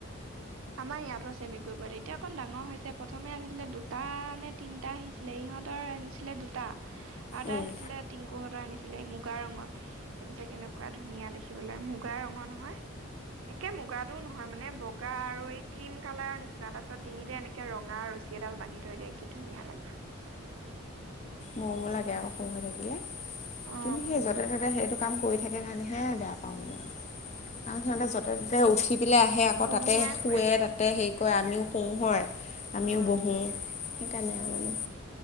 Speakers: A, on the right (about 75°); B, on the left (about 30°).
A: আমাৰ ইয়াতো আছে মেকুৰী পোৱালী এতিয়া অকণ ডাঙৰ হৈছে প্ৰথমে আহিছিলে দুটা নে তিনটা আহিছিলে সিহতৰ আনিছিলে দুটা আৰু এটা
B: উম
A: আছিলে
B: উম
A: টিংকুহতৰ আনিছিলে। মুগা ৰঙৰ সেইটো যে কেনেকুৱা ধুনীয়া দেখিবলৈ মুগা ৰঙৰ নহয়। একে মুগাটো নহয় মানে বগা আৰু আৰু এই ক্ৰীম কালাৰৰ নিচিনা তাৰপিছত ডিঙিতে এনেকে ৰঙা ৰছী এডাল বান্ধি থৈ দিয়ে কি ধুনীয়া লাগে দে। <inaudible>
B: মমো লাগে আকৌ সৰু হৈ থাকিলে।
A: অ
B: কিন্তু সেই যতে ত'তে সেইটো কাম কৰি থাকে কাৰণে হে বেয়া প সিহতে য'তে ত'তে উঠি পেলাই আহে আকৌ
A: বমিয়াই
B: তাতে শুৱে
A: ফুৰে
B: তাতে হেই কয় আমিও শোহৰ আমিও
A: উম
B: বহো সেইকাৰণে আৰু মানে